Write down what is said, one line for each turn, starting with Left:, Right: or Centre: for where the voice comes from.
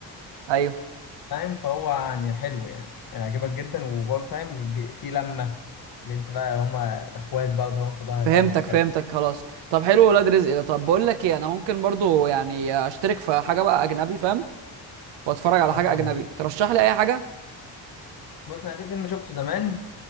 Right: ايوه
Left: فاهم فهو يعني حلو يعني هيعجبك جدا وبرضه فاهم بي- في لمة اللي انت بقى هما اخوات بقى وطبعا في ظهر
Right: فهمتك
Left: بعض والجو
Right: فهمتك
Left: ده.
Right: خلاص طب حلو ولاد رزق ده طب بقول لك ايه انا ممكن برضو يعني اشترك في حاجه بقى اجنبي فاهم واتفرج على
Left: اه
Right: حاجه اجنبي ترشح لي اي حاجه
Left: بص انا في فيلم شفته زمان